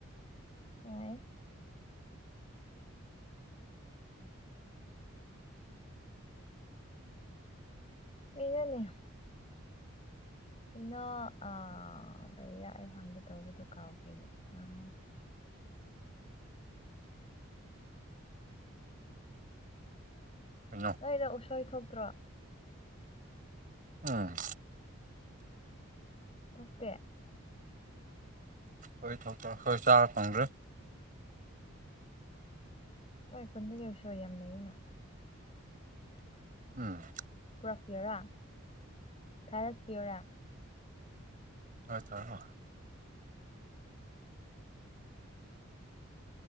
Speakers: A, on the left (about 30°); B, on the right (about 40°).
A: ꯅꯨꯉꯥꯢ ꯀꯩꯅꯣꯅꯦ ꯀꯩꯅꯣ ꯑꯥ ꯀꯩꯔ ꯑꯩ ꯍꯪꯒꯦ ꯇꯧꯕꯗꯣ ꯀꯥꯎꯈ꯭ꯔꯦꯅꯦ ꯑꯥ
B: ꯀꯩꯅꯣ
A: ꯅꯣꯢꯗꯣ ꯎꯁꯣꯏ ꯊꯣꯛꯇ꯭ꯔꯣ
B: ꯎꯝ
A: ꯊꯣꯛꯇꯦ
B: ꯍꯣꯏ ꯊꯣꯛꯇꯦ ꯈꯣꯏ ꯆꯥꯕ ꯐꯪꯗ꯭ꯔꯦ
A: ꯈꯣꯢ ꯈꯨꯟꯗꯗꯤ ꯎꯁꯣꯢ ꯌꯥꯝ ꯂꯩꯅ
B: ꯎꯝ
A: ꯔꯛꯄꯤꯌꯣꯔꯥ ꯊꯥꯔꯛꯄꯤꯌꯣꯔꯥ
B: ꯍꯣꯏ ꯊꯥꯔꯛꯑꯣ